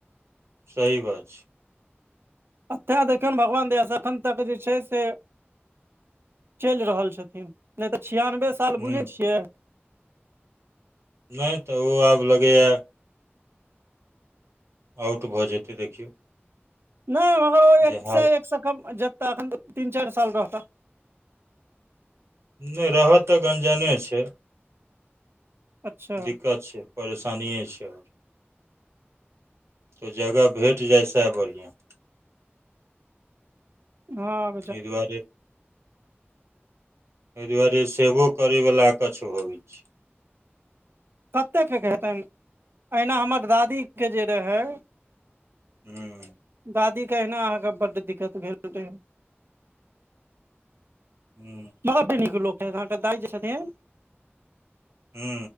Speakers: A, on the right (about 85°); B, on the right (about 60°).
A: सही बात छै
B: एतऽ देखियौनि भगवान दासँ एखन तक जे छै से चैल रहल छथिन नहि तऽ छियानबे साल
A: हुँ
B: बुझै छियै
A: न तऽ ओ आब लगैय आउट भऽ जेतै देखियौ
B: नइ मगर एक
A: जे हाल
B: सै एकसँ कम मे जेता एखन तीन चारि साल रहता
A: नैय रहत तऽ गनजने छै
B: अच्छा
A: दिक्कत छै परेशानिे छै आओर तऽ जगह भेट जाइ सएह बढ़िआँ
B: हां
A: आई दुआरे एहि दुआरे सेबो करयवला कच्छ भबै छै
B: कतेक के हेतनि अहिना हमर दादी के जे रहै
A: हूँ
B: दादीेहिना अहाँके बड्ड दिक्कत भेल रहै
A: हू
B: मग प्रेक के लोक छथि अहाँके दाइ जे छथिन
A: हू